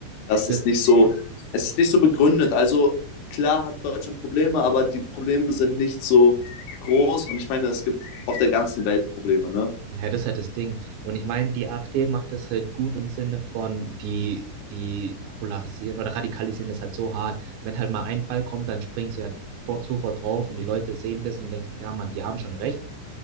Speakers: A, on the left; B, on the right.
A: Das
B: D-
A: ist nicht so, es ist nicht so begründet. Also klar hat Deutschland Probleme, aber die Probleme sind nicht so groß. Und ich meine, es gibt auf der ganzen Welt Probleme, ne?
B: ja, das ist halt das Ding. Und ich meine, die AfD macht das halt gut im Sinne von, die, die popularisieren oder radikalisieren das halt so hart. Wenn halt mal ein Fall kommt, dann springen sie halt vor, sofort drauf und die Leute sehen das und denken sich, ja, Mann, die haben schon recht,